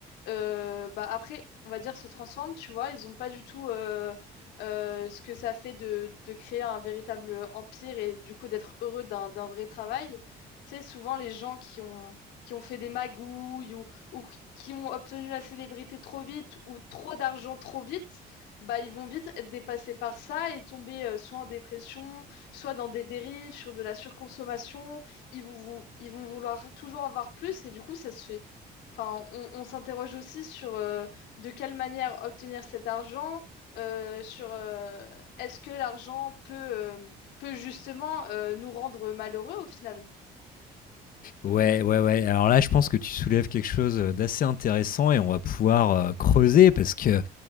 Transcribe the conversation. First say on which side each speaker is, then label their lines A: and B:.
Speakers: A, on the left (about 85°); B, on the left (about 55°).
A: euh, bah après, on va dire, se transforment, tu vois. Ils n'ont pas du tout euh, euh, ce que ça fait de, de créer un véritable empire et du coup d'être heureux d'un, d'un vrai travail. Tu sais, souvent, les gens qui ont, qui ont fait des magouilles ou, ou qui ont obtenu la célébrité trop vite ou trop d'argent trop vite, bah, ils vont vite être dépassés par ça et tomber euh, soit en dépression, soit dans des dérives, sur de la surconsommation. Ils vont, vou- ils vont vouloir toujours avoir plus et du coup, ça se fait. Enfin, on, on s'interroge aussi sur euh, de quelle manière obtenir cet argent, euh, sur euh, est-ce que l'argent peut, euh, peut justement euh, nous rendre malheureux au final.
B: Ouais, ouais, ouais. Alors là, je pense que tu soulèves quelque chose euh, d'assez intéressant et on va pouvoir euh, creuser parce que